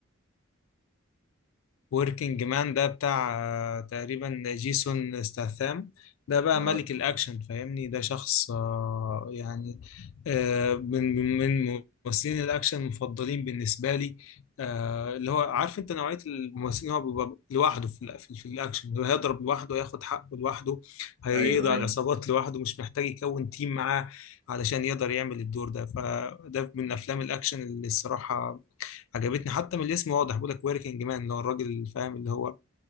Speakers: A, on the left; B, on the right.
A: وركينج مان ده بتاع آه، تقريبا جيسون ستاثام ده بقى
B: آه.
A: ملك الأكشن فاهمني ده شخص آه، يعني آه، من من ممثلين الأكشن المفضلين بالنسبة لي آه، اللي هو عارف أنت نوعية الممثلين اللي هو بيبقى لوحده في الأ- في في الأكشن اللي هو هيضرب لوحده ياخد حقه لوحده هيقضي
B: ايوه
A: على
B: ايوه
A: العصابات لوحده مش محتاج يكون تيم معاه علشان يقدر يعمل الدور ده فده من أفلام الأكشن اللي الصراحة عجبتني حتى من الاسم واضح بيقول لك وركينج مان اللي هو الراجل اللي فاهم اللي هو